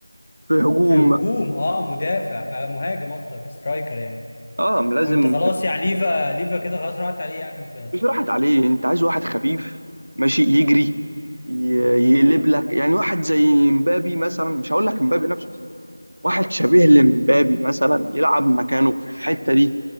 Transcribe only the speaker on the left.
في الهجوم اه مدافع آه مهاجم قصدك سترايكر يعني
وانت خلاص يعني ليفا ليفا كده خلاص راحت عليه يعني بالنسبة لك